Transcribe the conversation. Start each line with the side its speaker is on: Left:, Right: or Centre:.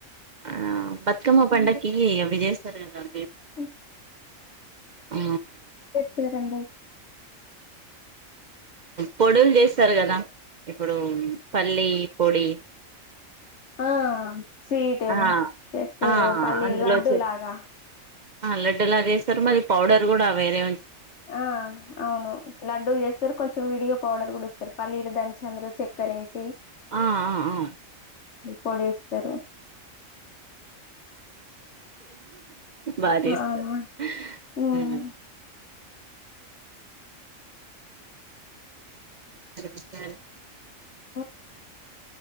Right: ఆ బతుకమ్మ పండక్కి అవి చేస్తారు కదా అవి
Left: ఓ
Right: ఆ
Left: తెచ్చరాండి
Right: పొడులు చేస్తారు కదా ఇప్పుడు పల్లి పొడి
Left: ఆ స్వీటు
Right: ఆ
Left: చేస్తారు
Right: ఆ
Left: పల్లీలు
Right: అందులో
Left: లడ్డు
Right: చె
Left: లాగా
Right: ఆ లడ్డూలా చేస్తారు మరి పౌడర్ కూడా వేరే ఉ
Left: ఆ అవును లడ్డూలు చేస్తారు కొంచెం విడియో పౌడర్ కూడా చేస్తారు పల్లీలు దంచి అందులో చెక్కర వేసి
Right: ఆ ఆ ఆ
Left: కలేస్తారు
Right: బాగ చేస్తారు
Left: అవునా ఉమ్.
Right: మ్మ్ వి <inaudible>
Left: ఓ